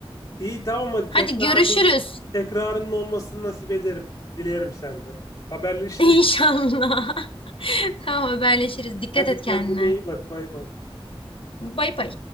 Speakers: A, on the left (about 35°); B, on the left (about 65°).
A: İyi tamam hadi
B: Hadi
A: tekrarın
B: görüşürüz.
A: tekrarının olmasını nasip ederim. Dilerim senden. Haberleşiriz.
B: <laughs> İnşallah. <laughs> Tamam haberleşiriz. Dikkat
A: Hadi
B: et
A: kendine
B: kendine.
A: iyi bak. Bay bay.
B: Bay bay.